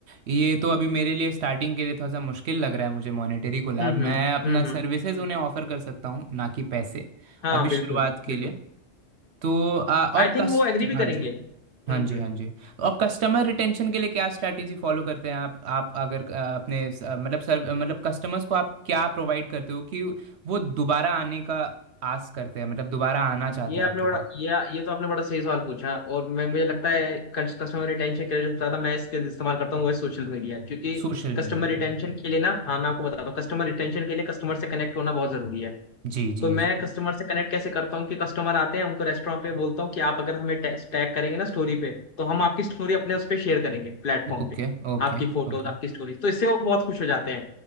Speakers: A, on the right (about 65°); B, on the left (about 55°).
A: जी ये तो अभी मेरे लिए स्टार्टिंग के लिए थोड़ा सा मुश्किल लग रहा है मुझे मॉनेटरी कोलैब
B: हम्म हम्म
A: मैं अपना
B: हम्म हम्म
A: सर्विसेज उन्हें ऑफर कर सकता हूँ ना कि पैसे
B: हाँ
A: अभी
B: बिल्कुल
A: शुरुआत के
B: बिल्कुल
A: लिए तो अ, और
B: आई थिंक
A: कस्ट
B: वो एग्री
A: हाँ
B: भी करेंगे
A: जी
B: हम्म
A: हाँ जी
B: हम्म
A: हाँ जी और कस्टमर रिटेंशन के लिए क्या स्ट्रैटेजी फॉलो करते हैं आप आप अगर अ, अपने स- अ, मतलब सर मतलब कस्टमर्स को आप क्या प्रोवाइड करते हो कि वो दोबारा आने का आस करते हैं मतलब दोबारा आना चाहते
B: ये
A: हैं
B: आपने
A: आपके
B: बड़ा
A: पास
B: ये ये तो आपने बड़ा सही सवाल पूछा और मैं मुझे लगता है कस्टमर रिटेंशन के लिए जो सबसे ज्यादा मैं इसके इस्तेमाल करता हूँ वो है सोशल मीडिया क्योंकि
A: सोशल
B: कस्टमर
A: मीडिया
B: रिटेंशन
A: उनका
B: के लिए ना हाँ मैं आपको बताता हूँ कस्टमर रिटेंशन के लिए कस्टमर से कनेक्ट होना बहुत जरूरी है
A: जी जी
B: तो मैं कस्टमर से कनेक्ट कैसे करता हूँ कि कस्टमर आते हैं उनको रेस्टोरेंट पे बोलता हूँ कि आप अगर हमें टैग करेंगे ना स्टोरी पे तो हम आपकी स्टोरी अपने उस पे शेयर करेंगे प्लेटफॉर्म
A: Okay
B: पे
A: okay
B: आपकी फोटोज
A: okay
B: आपकी स्टोरी तो इससे वो बहुत खुश हो जाते हैं